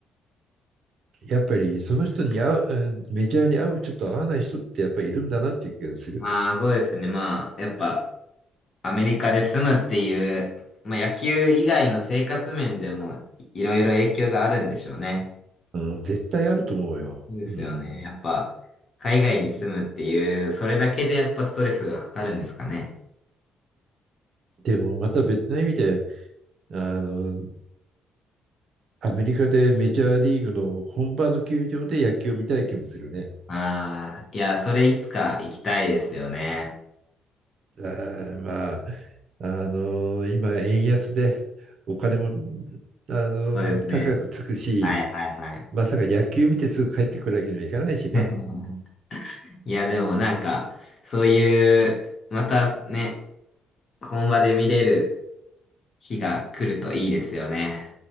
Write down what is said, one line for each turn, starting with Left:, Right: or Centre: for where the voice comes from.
Right: やっぱりその人に合う、うんメジャーに合う人と合わない人ってやっぱりいるんだなっていう気がする。
Left: まあそうですね。まあやっぱアメリカで住むっていう、まあ野球以外の生活面でもいろいろ影響があるんでしょうね。
Right: うん、絶対あると思うよ。
Left: そうですよね。
Right: うん、
Left: やっぱ海外に住むっていう、それだけでやっぱストレスがかかるんですかね。
Right: でもまた別の意味であの、アメリカでメジャーリーグの本場の球場で野球を見たい気もするね。
Left: ああ、いや、それいつか行きたいですよね。
Right: あーまあ、あの、今、円安でお金も、あの、
Left: そうですね。
Right: 高くつくし、
Left: はいはいはい。
Right: まさか野球見てすぐ帰ってくるわけにはいかないしね。
Left: <laughs> いや、でもなんか、そういう、またね、本場で見れる日が来るといいですよね。